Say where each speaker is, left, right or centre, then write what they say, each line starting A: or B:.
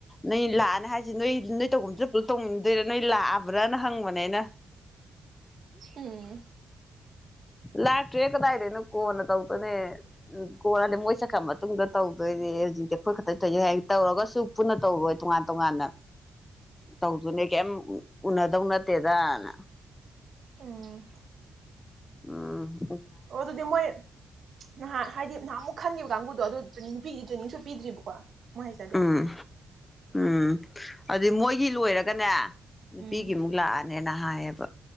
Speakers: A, on the left (about 25°); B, on the right (about 60°).
A: ꯅꯣꯏ ꯂꯥꯛꯑꯅꯤ ꯍꯥꯏꯁꯤꯦ ꯅꯣꯏ ꯅꯣꯏ ꯇꯧꯐꯝꯁꯤ ꯄꯨꯂꯞ ꯇꯧꯅꯤꯡꯗꯣꯏꯔꯥ ꯅꯣꯏ ꯂꯥꯛꯑꯕ꯭ꯔꯥ ꯍꯪꯕꯅꯦꯅ
B: ꯎꯝ
A: ꯂꯇ꯭ꯔꯦ ꯗꯥꯏꯔꯦ ꯅ ꯀꯣꯟ ꯇꯧꯅꯦ ꯎꯝ ꯀꯣꯂꯗꯤ ꯃꯣꯏ ꯁꯠꯈ꯭ꯔ ꯃꯇꯨꯡꯗ ꯇꯧꯗꯣꯏꯅꯦ ꯍꯧꯖꯤꯛꯇꯤ ꯑꯩꯈꯣꯏ ꯈꯛꯇꯪ ꯊꯣꯏꯖꯩ ꯍꯥꯏ ꯇꯧꯔꯒꯁꯨ ꯄꯨꯟꯅ ꯇꯧꯔꯣꯏ ꯇꯣꯉꯥꯟ ꯇꯣꯉꯥꯟꯅ ꯇꯧꯗꯨꯅꯦ ꯀꯩꯝ ꯎꯅꯗꯧ ꯅꯠꯇꯦꯗꯅ
B: ꯎꯝ
A: ꯑꯝ
B: ꯑꯣ ꯑꯗꯨꯗꯤ ꯃꯣꯏ ꯅꯍꯥꯟ ꯍꯥꯏꯗꯤ ꯅꯍꯥꯟ ꯑꯃꯨꯛ ꯈꯟꯈꯤꯕ ꯀꯥꯡꯕꯨ ꯑ ꯅꯨꯒꯤ ꯆꯨꯅꯤꯡꯁꯨ ꯄꯤꯗ꯭ꯔꯤꯕꯀꯣ ꯃꯣꯏ ꯍꯥꯏꯁꯤꯅꯗꯤ
A: ꯎꯝ ꯎꯝ ꯑꯗꯨꯗꯤ ꯃꯣꯏꯒꯤ ꯂꯣꯏꯔ ꯀꯅ ꯅꯨꯄꯤꯒꯤꯃꯨꯛ
B: ꯎꯝ
A: ꯂꯥꯛꯑꯅꯤꯅ ꯅꯍꯑꯕ